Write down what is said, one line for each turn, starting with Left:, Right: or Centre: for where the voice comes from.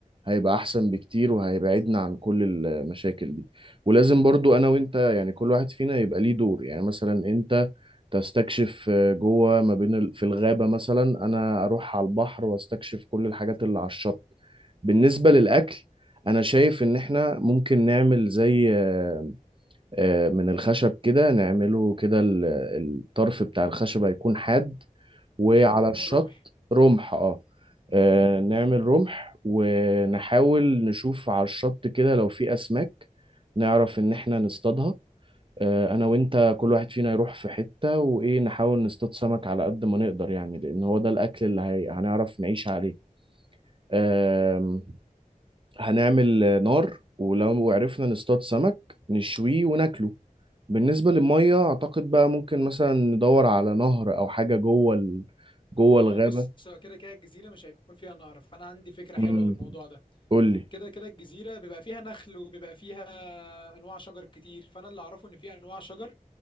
Right: هيبقى احسن بكتير وهيبعدنا عن كل المشاكل دي ولازم برضو انا وانت يعني كل واحد فينا يبقى ليه دور يعني مثلا انت تستكشف آه، جوه ما بين ال- في الغابة مثلا انا اروح على البحر واستكشف كل الحاجات اللي على الشط بالنسبة للاكل انا شايف ان احنا ممكن نعمل زي آه، آه، من الخشب كده نعمله كده ال- الطرف بتاع الخشب هيكون حاد وعلى
Left: نعمل
Right: الشط
Left: رمح
Right: رمح اه آه، نعمل رمح ونحاول نشوف على الشط كده لو في أسماك نعرف إن إحنا نصطادها آه، أنا وإنت كل واحد فينا يروح في حتة وإيه نحاول نصطاد سمك على قد ما نقدر يعني لأن هو ده الأكل اللي هي... هنعرف نعيش عليه آم، هنعمل نار ولو عرفنا نصطاد سمك نشويه وناكله بالنسبة للمية أعتقد بقى ممكن مثلا ندور على نهر أو حاجة جوه ال... جوه
Left: ما
Right: الغابة
Left: هو بص كده كده الجزيره مش هيكون فيها نهر فانا عندي فكره
Right: امم
Left: حلوه للموضوع ده
Right: قول لي
Left: كده كده الجزيره بيبقى فيها نخل وبيبقى فيها انواع شجر كتير فانا اللي اعرفه ان فيها انواع شجر